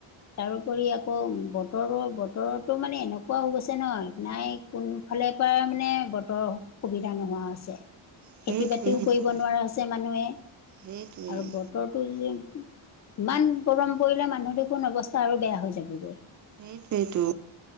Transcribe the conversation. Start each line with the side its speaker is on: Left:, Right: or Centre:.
Left: তাৰোপৰি আকৌ বতৰৰ বতৰৰতো মানে এনেকুৱা হৈ গৈছে নহয় নাই কোনো ফালে পৰা মানে বতৰ সুবিধা নোহোৱা হৈছে।
Right: সেইটোৱেই
Left: খেতি বাতিও
Right: সেইটোৱেই
Left: কৰিব নোৱাৰা হৈছে মানুহে,
Right: সেইটোৱেই
Left: আৰু ব তৰটো যে ইমান গৰম পৰিলে মানুহ দেখোন অৱস্থা আৰু বেয়া হৈ যাবগৈ।
Right: সেইটোৱেটো